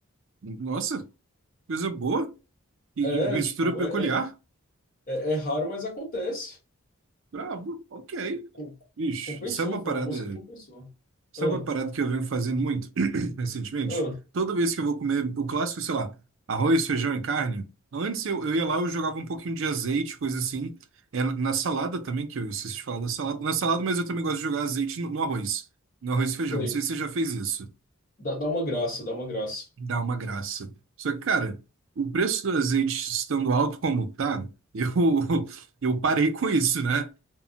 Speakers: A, on the right (about 60°); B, on the left (about 40°).
A: Nossa, coisa boa e
B: É,
A: e mistura
B: é, tipo,
A: peculiar.
B: é, é, é é raro, mas acontece.
A: Brabo, ok.
B: Com-
A: Bicho,
B: Compensou,
A: isso é uma parada.
B: foi um almoço que compensou.
A: Sabe
B: Ah,
A: uma parada que eu venho fazendo muito <clears throat> recentemente?
B: ah,
A: Toda vez que eu vou comer o clássico, sei lá, arroz, feijão e carne, antes eu, eu ia lá, eu jogava um pouquinho de azeite, coisa assim. É, na salada também, que eu esqueci de falar da salada. Na salada, mas eu também gosto de jogar azeite no, no arroz. No arroz e feijão.
B: sei.
A: Não sei se você já fez isso.
B: Dá, dá uma graça, dá uma graça.
A: Dá uma graça. Só que, cara, o preço do azeite estando alto como tá, eu, <laughs> eu parei com isso, né?